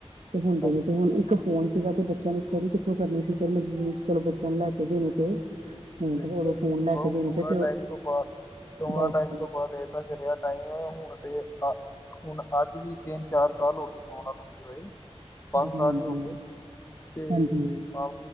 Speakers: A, on the right; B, on the left.
A: ਤੇ ਹੁੰਦੇ
B: ਹਾਂਜੀ
A: ਨੇ ਤੇ ਹੁਣ ਇੱਕ ਫੋਨ ਸੀਗਾ ਤੇ ਬੱਚਿਆਂ ਨੇ ਸਟੱਡੀ ਕਿੱਥੋਂ ਕਰਨੀ ਸੀ। ਫਿਰ ਮਜਬੂੂਰ ਚਲੋ ਬੱਚਿਆਂ ਨੂੰ ਲੈ ਕੇ ਦੇਣੇ ਪਏ। ਹੁਣ
B: ਸਹੀ
A: ਤੇ ਉਦੋਂ
B: ਗੱਲ
A: ਫੋਨ
B: ਹੈ
A: ਲੈ
B: ਬ
A: ਕੇ ਦੇਣੇ
B: ਕਰੋਣਾ
A: ਪਏ ਤੇ ਉਹ
B: ਟਾਈਮ ਤੋਂ ਬਾਅਦ ਕਰੋਨਾ
A: ਬਸ-ਬਸ
B: ਟਾਈਮ ਤੋਂ ਬਾਅਦ <unintelligible> ਟਾਈਮ ਹੁਣ ਤੇ ਤਾਂ ਹੁਣ ਅੱਜ ਵੀ ਤਿੰਨ ਚਾਰ ਸਾਲ ਹੋ ਗਏ ਕਰੋਨਾ ਨੂੰ ਕੀ ਹੋਏ। ਪੰਜ
A: ਹਾਂਜੀ-ਹਾਂਜੀ,
B: ਸਾਲ ਹੀ ਹੋ ਗਏ ਤੇ
A: ਹਾਂਜੀ, ਹਾਂਜੀ-ਹਾਂਜੀ,
B: ਤਾਂ